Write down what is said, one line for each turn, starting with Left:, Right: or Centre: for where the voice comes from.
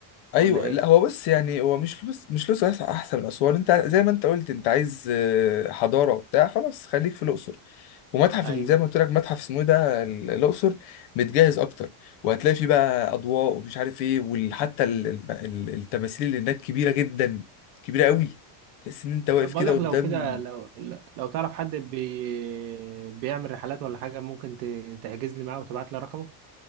Left: ايوه
Right: ولا إيه؟
Left: لا هو بص يعني هو مش لوس مش لوس بس احسن من اسوان انت زي ما انت قلت انت عايز آه، حضاره وبتاع خلاص خليك في الاقصر ومتحف
Right: أيوه
Left: ال- زي ما قلت لك متحف اسمه إيه ده ال- الاقصر متجهز اكتر وهتلاقي فيه بقى اضواء ومش عارف ايه وحتى التماثيل اللي هناك كبيره جدا كبيره قوي تحس ان انت واقف
Right: طب بقول
Left: كده
Right: لك
Left: قدام
Right: لو كده لو لو تعرف حد بي بيعمل رحلات ولا حاجة ممكن ت- تحجز لي معاه وتبعت لي رقمه؟